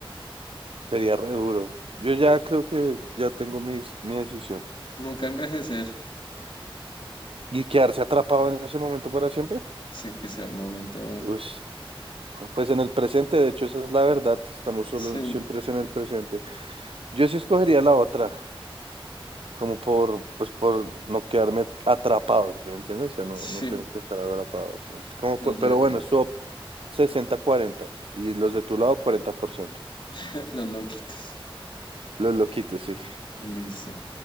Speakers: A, on the right; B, on the left.
A: Sería re duro. Yo ya creo que ya tengo mis, mi decisión.
B: Nunca envejecer.
A: ¿Y quedarse atrapado en ese momento para siempre?
B: Sí, que sea un momento.
A: Uy, pues en el presente, de hecho, esa es la verdad, estamos solo
B: Sí,
A: siempre es en el presente. Yo sí escogería la otra, como por, pues por no quedarme atrapado, ¿sí me entiendes? O sea, no,
B: sí.
A: no tengo que estar atrapado, o sea, es como
B: No,
A: por-
B: yo.
A: pero bueno, eso sesenta cuarenta y los de tu lado cuarenta por ciento
B: <laughs> Los loquitos.
A: Los loquitos, sí.
B: Listo.